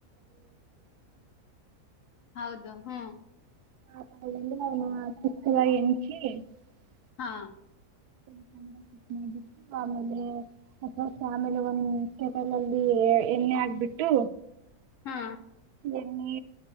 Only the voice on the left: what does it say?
ಹೌದು ಹ್ಮ್
ಹಾ
ಹಾ